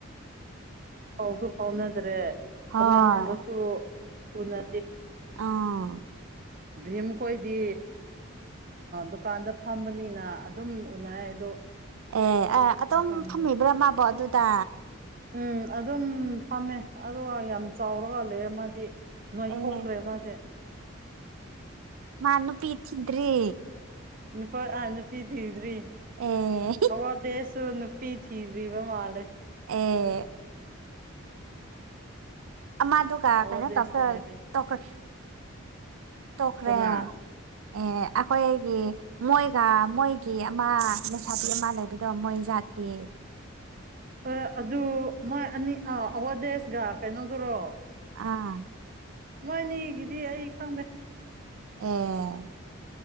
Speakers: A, on the right; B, on the right.
A: ꯐꯥꯎꯁꯨ ꯐꯥꯎꯅꯗ꯭ꯔꯦ
B: ꯍꯣꯏ
A: ꯇꯃꯦꯡꯂꯣꯡꯗꯁꯨꯅ
B: ꯑꯥ
A: <unintelligible> ꯚꯤꯝ ꯈꯣꯏꯗꯤ ꯗꯨꯀꯥꯟꯗ ꯐꯝꯕꯅꯤꯅ ꯑꯗꯨꯝ ꯎꯅ ꯑꯗꯣ <unintelligible>
B: ꯑꯦ ꯑ ꯑꯗꯣꯝ
A: ꯍꯧꯖꯤꯛꯀꯥꯟꯗꯤ
B: ꯐꯝꯃꯤꯕ꯭ꯔꯥ ꯃꯥꯕꯣ ꯑꯗꯨꯗ
A: ꯎꯝ ꯑꯗꯨꯝ ꯐꯝꯃꯦ ꯑꯗꯨꯒ ꯌꯥꯝ ꯆꯥꯎꯔꯒ ꯂꯩ ꯑꯃꯗꯤ ꯅꯣꯏ
B: ꯑꯦ
A: ꯊꯣꯛꯈ꯭ꯔꯦ ꯃꯥꯁꯦ
B: ꯃꯥꯟꯅ ꯄꯤꯆꯤꯟꯔꯤ
A: ꯅꯨꯄꯥ ꯅꯨꯄꯤ ꯊꯤꯗ꯭ꯔꯤ
B: ꯑꯦ
A: ꯑꯋꯥꯗꯦꯁꯨ ꯄ ꯊꯤꯔꯤꯕ ꯃꯥꯂ
B: ꯑꯦ ꯑ ꯃꯥꯗꯨꯒ
A: ꯑꯋꯥꯗꯦꯁꯁꯨ
B: ꯀꯩꯅꯣ ꯇꯞ
A: ꯂꯩꯔꯤ
B: ꯇꯣꯛꯈ꯭ꯔꯦ ꯇꯣꯛꯈ꯭ꯔꯦ
A: ꯀꯅꯥ
B: ꯑꯦ ꯑꯩꯈꯣꯏꯒꯤ ꯃꯣꯏꯒ ꯃꯣꯏꯒꯤ ꯑꯃ ꯂꯩꯁꯥꯕꯤ ꯑꯃ ꯂꯩꯕꯗꯣ ꯃꯣꯏꯖꯏ ꯊꯦ
A: ꯍ ꯑꯗꯨ ꯃꯣꯏ ꯑꯅꯤ ꯑ ꯑꯋꯥꯗꯦꯁꯒ ꯀꯩꯅꯣꯗꯨꯔꯣ
B: ꯑꯥ
A: ꯃꯅꯤꯒꯤꯗꯤ ꯑꯩ ꯈꯪꯗꯦ
B: ꯑꯣ